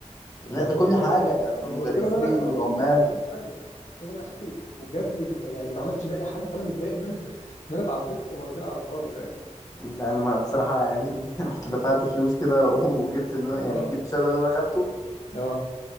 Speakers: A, on the left; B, on the left.
A: و-
B: لا ده كل
A: وخنا-
B: حاجة
A: و- والمشكله
B: المدرسين
A: ان انا اخدته
B: والعمال
A: وما عملتش بيه حاجه عشان انا اخدته وبجد ما- يعني ما عملتش بيه اي حاجه فانا متضايق ان انا <laughs> ان انا اتعذبت مرتين على الفاضي فاهم
B: لا أنا ما بصراحة يعني <laughs> رحت دفعت فلوس كده <laughs> وجبت إن أنا يعني
A: اه
B: جبت شهادة إن أنا خدته
A: اه